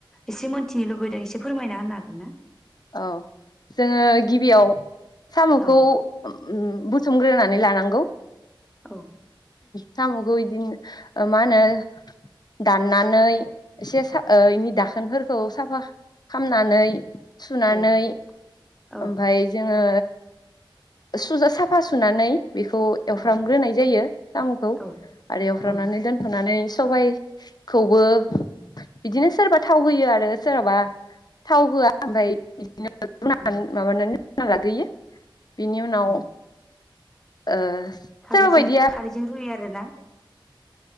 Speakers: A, in the centre; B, on the left.
A: एसे मोन। थिनो लुबैदों एसे फोरमायना होनो हागोन ना?
B: औ जोङो गिबियाव सामखौ
A: औ
B: ओम संग्रोनानै लानांगौ
A: औ।
B: सामखौ इदिनो मा होनो दाननानै एसे सा ओ इनि दाखोनफोरखौ साफा खामनानै सुनानै
A: ओइ औ
B: ओमफाय जोङो सुजा साफा सुनानै बेखौ एवफ्रामग्रोनाय
A: औ
B: जायो सामखौ
A: औ
B: आरो एवफ्रामनानै
A: औ
B: दोनथनानै सबायखौबो बिदिनो सोरबा थाव होयो आरो सोरहाबा थाव होआ ओमफ्रा <inaudible> य बि <inaudible>
A: औ
B: माबानानै होना लाग्रोयो। बिनि उनाव
A: औ
B: ओ
A: खारैजों
B: सोरबा बायदिया
A: खारैजों रुयो आरोना?